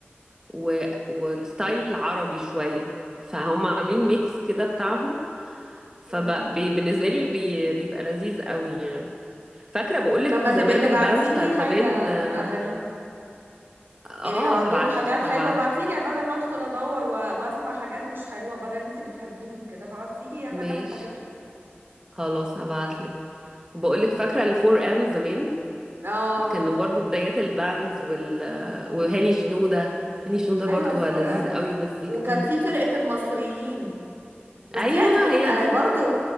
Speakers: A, on the right; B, on the right.
A: و... والستايل العربي شويه فهم عاملين ميكس كده بتاعهم فبالنسبه
B: مم.
A: لي بي... بيبقى لذيذ قوي يعني فاكره بقولك
B: طب ما
A: زمان
B: تبقي تبعتيلي
A: الباندز بتاعت زمان
B: حاجه
A: اه
B: من اغانيهم
A: آه،
B: يعني لو عندهم
A: هبعتلك
B: حاجات حلوة
A: هبعتلك
B: بعتيلي بدل ما ادخل ادور و... واسمع حاجات مش حلوة بدل انتي بتحبيهم كده بعتيلي حاجة
A: ماشي
B: من حاجاتهم
A: خلاص هبعتلك بقولك
B: مم.
A: فاكره الفور ام زمان
B: اه
A: كانوا برضو بدايات الباندز وال... وهاني شنوده هاني شنوده برضو
B: ايوه الفور
A: لذيذ
B: ام
A: قوي مزيكته
B: وكان في فرقة المصريين بس
A: ايوه
B: دي دي كانت
A: هي
B: آه،
A: دي
B: برضو